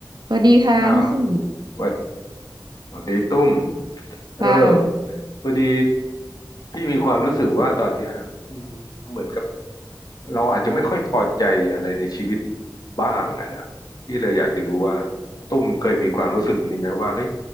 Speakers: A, on the right (about 65°); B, on the left (about 55°).
A: สวัสดีค่ะพี่สุนิท
B: อ่าสวัสสวัสดีตุ้มเออ
A: ค่ะ
B: พอดีพี่มีความรู้สึกว่าตอนเนี้ยอืมเหมือนกับเราอาจจะไม่ค่อยพอใจอะไรในชีวิตบ้างอะนะพี่เลยอยากจะรู้ว่าตุ้มเคยมีความรู้สึกนี้ไหมว่าเฮ้ย